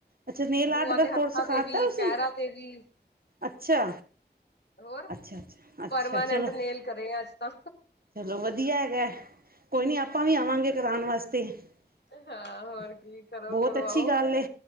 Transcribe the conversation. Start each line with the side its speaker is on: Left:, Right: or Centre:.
Right: ਅੱਛਾ ਨੇਲ
Left: ਬੂਆ
Right: ਆਰਟ ਦਾ
Left: ਦੇ ਹੱਥਾਂ
Right: ਕੋਰਸ ਸਿਖਾ
Left: ਤੇ ਵੀ
Right: ਤਾ ਤੁਸੀਂ
Left: ਪੈਰਾਂ ਤੇ ਵੀ
Right: ਅੱਛਾ।
Left: ਹੋਰ
Right: ਅੱਛਾ, ਅੱਛਾ, ਅੱਛਾ
Left: ਪਰਮਾਨੈਂਟ
Right: ਚਲੋ
Left: ਨੇਲ ਕਰੇ ਆ ਅੱਜ ਤਾਂ
Right: ਚਲੋ ਵਧੀਆ ਹੈਗਾ, ਕੋਈ ਨਹੀਂ ਆਪਾਂ ਵੀ ਆਵਾਂਗੇ ਕਰਾਨ ਵਾਸਤੇ ਤੇ
Left: ਹਾਂ ਹੋਰ ਕੀ ਕਰੋ
Right: ਬਹੁਤ
Left: ਕਰਵਾਓ
Right: ਅੱਛੀ ਗੱਲ ਏ,